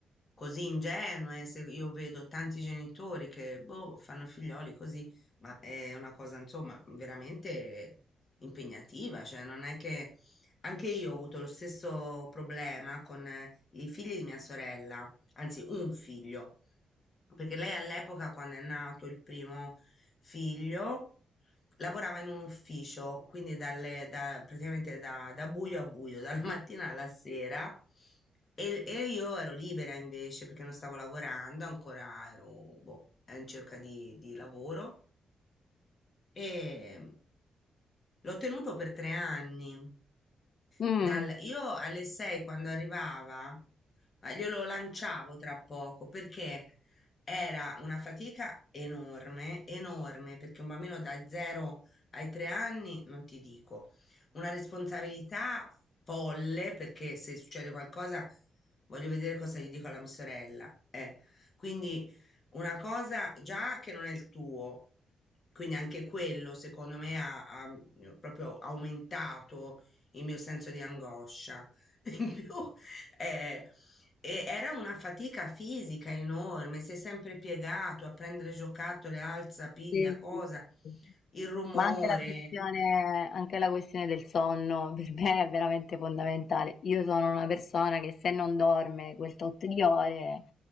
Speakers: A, on the left (about 30°); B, on the left (about 50°).
A: così ingenue, se io vedo tanti genitori che boh, fanno figlioli così, ma è una cosa insomma veramente impegnativa, cioè non è che anche io ho avuto lo stesso problema con eh, i figli di mia sorella, anzi un figlio perché lei all'epoca, quando è nato il primo figlio, lavorava in un ufficio, quindi dalle- da- praticamente da, da buio a buio, <laughs> dalla mattina alla sera, e, e io ero libera invece perché non stavo lavorando, ancora ero boh, in cerca di, di lavoro e l'ho tenuto per tre anni.
B: Mm.
A: Dal- io alle sei quando arrivava, eh, glielo lanciavo tra poco perché? Era una fatica enorme, enorme, perché un bambino da 0 ai 3 anni, non ti dico, una responsabilità folle, perché se succede qualcosa voglio vedere cosa gli dico alla mia sorella. eh. Quindi una cosa già che non è il tuo, quindi anche quello secondo me ha, ha, eh, proprio aumentato il mio senso di angoscia. <laughs> In più, eh, e era una fatica fisica enorme, sei sempre piegato a prendere giocattoli, alza, piglia,
B: Sì,
A: cosa,
B: sì, sì.
A: il rumore,
B: Ma anche la questione, anche la questione del sonno <laughs> per me è veramente fondamentale. Io sono una persona che se non dorme quel tot di ore